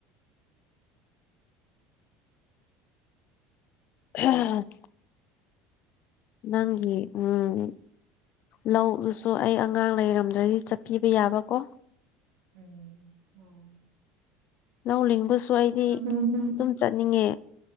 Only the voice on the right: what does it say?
ꯎꯝ ꯍ
ꯎꯝ